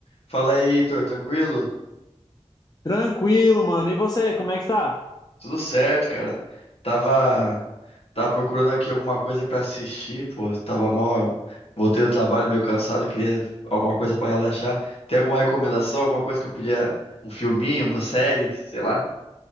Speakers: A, on the left (about 65°); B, on the left (about 35°).
A: Fala aí, Heitor, tranquilo?
B: Tranquilo, mano. E você, como é que tá?
A: Tudo certo, cara. Tava, tava procurando aqui alguma coisa pra assistir, pô. Tava mal. Voltei do trabalho meio cansado, queria alguma coisa pra relaxar. Tem alguma recomendação, alguma coisa que eu podia, um filminho, uma série, sei lá?